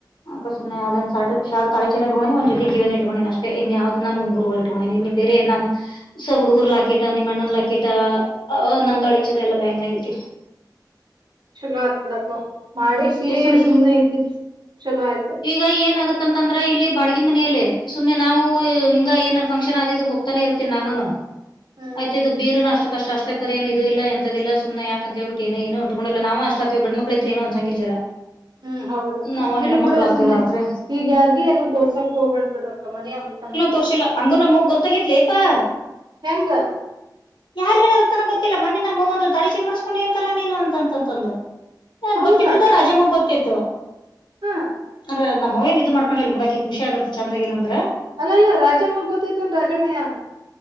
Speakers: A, on the left (about 85°); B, on the right (about 75°).
A: ಅ ಸುಮ್ಮನೆ ಒಂದ ಶಾರ್ಟ್ ಶಾರ್ಟ್ ತಾಳಿ ಚೈನ್ ಇಟ್ಕೊಂಡಿ ಒಂದ ಜೊಕೀ ಕಿವ್ಯಾಗಿನ್ನು ಇಟ್ಕೊಂಡಿ ಅಷ್ಟೇ ಇನ್ ಯಾವ್ದ ನಾನು. ಗುರುಗಳ ಇಟ್ಕೊಂಡಣನೆ ಇನ್ನು ಬೇರೆ ನಮ್ಮ. ಸಗುಡ್ಡುಗುರು ಲಾಕಿಟ ನಿಮ್ಮಣ್ಣನ್ ಲಾಕಿಟ ನಂದ ತಳಿ ಚನ ಎಲ್ಲ ಬ್ಯಾಂಕ್ನ್ಯಾಗ ಇಟ್ಟೆವ.
B: ಚಲೋ ಆತ್ ಬಿಡಕ್ಕಾ ಮಾಡಿ ಸಿ
A: ಈ ಸುಮ್
B: ಸುಮ್ನೆ ಇತಿತ್ ಚಲೋ ಆಯ್ತ
A: ಈಗ ಏನ್ ಆಗತ್ತಂತಂದ್ರ ಇಲ್ಲಿ ಬಾಡಗಿ ಮನೆಯಲ್ಲಿ ಸುಮ್ನೆ ನಾವು ಹಿಂಗ ಏನಾದಾರ ಫಂಕ್ಷನ್ ಆದಿದು ಹೋಗ- ತಾನೆ ಇರ್ತೀನಿ ನಾನುನು
B: ಹ್ಮ್
A: ಆಯ್ತು ಇದು ಬೀರುನು ಅಷ್ಟು ಕಷ್ಟ ಅಷ್ಟೇ ಪರಿನ್ ಇಲ್ಲ ಎಂತದಿಲ್ಲ ಸುಮ್ನೆ ಯಾಕ ಅಂತೇಳ ಬಿಟ್ಟ ಏ ಏನು ಇಟ್ಟುಕೊಂಡಿಲ್ಲಾ ನಾವ ಅಷ್ಟ ಅತಿವ ಗಂಡ ಮಕ್ಕಳ ಇದ್ರ ಏನು ಅನಸಾಗಿಲ್ ಜರಾ.
B: ಹ್ಮ್ ಹೌದ ಅಕ್ಕ
A: ನಾವ
B: ಇರ್ಲಿ
A: ಹೆಣ್ಮಕ್ಳ
B: ಬಿಡು.
A: ಆಗ್ತಿವಿ
B: ಸುಮ್ನೆ
A: ರಾತ್ರಿ
B: ಈಗ ಯಾರ್ಗೂ ಏನೋ ತೋರ್ಸಕ್ ಹೋಗಬಾಡ್ರ ಬಿಡ್ರಕ್ಕ ಮನಿ ಅಗ್ತುನಾ.
A: ತೋರಸಿಲ್ಲ ಅಂದ್ರು ನಮ್ಮ ಅವ್ವಗ ಗೊತ್ತಾಗತ್ಲಿಪ್ಪಾ
B: ಹೆಂಗ
A: ಯಾರ್ ಹೇಳಾರಂತನ ಗೊತ್ತಿಲ್ಲಾ ಮೋನಿ ನಮ್ಮ ಅವ್ವ ಅಂದ್ಲು ತಾಳಿ ಚೈನ ಮಾಡಸ್ಕೊಂಡು ಎಂತಲ್ಲಾ ನೀನು ಅಂತಂತ ಅಂದ್ಲ ಯಾರು
B: ಹೌದಾ
A: ಗೊತ್ತಿದ್ದಿದ್ದ ರಾಜಮ್ಮಗ್ ಗೊತ್ತಿತ್ತು.
B: ಹಾ
A: ಅ್ರ ನಮ್ಮ ಅವ್ವ ಏನ್ ಇದು ಮಾಡ್ಕೊಂಡಿಲ್ ಬಿಡ ಆಕಿ ಖುಷಿ ಆಗೆತ ಬೀಡ ಚೆಂದ ಆಗೇನಂದ್ರ
B: ಅಲ್ಲಲ್ಲಾ ರಾಜಮ್ಮಗ ಗೊತ್ತಾಯ್ತಂದ ರಾಜಮ್ಮ ಹೆಳಾಳ